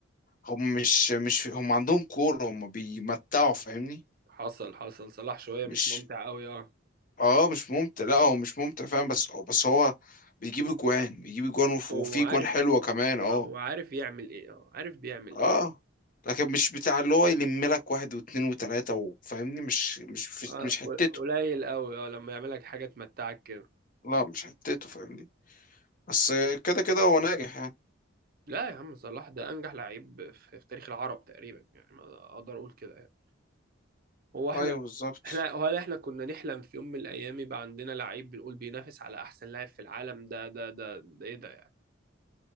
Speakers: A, on the left; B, on the right.
A: هم مش مش هم عندهم كورة هم بيمتعوا فاهمني
B: حصل حصل صلاح شوية
A: مش
B: مش ممتع قوي اه
A: اه مش ممتع لا هو مش ممتع فاهم بس هو بس هو بيجيب اجوان بيجيب اجوان وف-
B: هو
A: وفي
B: عارف
A: اجوان حلوة كمان اه
B: هو عارف يعمل ايه اه عارف بيعمل
A: اه
B: ايه
A: لكن مش بتاع اللي هو يلم لك واحد واتنين وتلاتة وفاهمني مش مش
B: آه،
A: مش حتته
B: قليل قوي اه لما يعمل لك حاجة تمتعك كده
A: لا مش حتته فاهمني بس كده كده هو ناجح يعني
B: لا يا عم صلاح ده انجح لعيب في في تاريخ العرب تقريبا يعني ما اقدر اقول كده يعني هو احنا
A: ايوه بالظبط
B: احنا هل احنا كنا نحلم في يوم من الايام يبقى عندنا لعيب بنقول بينافس على احسن لاعب في العالم ده ده ده ده ايه ده يعني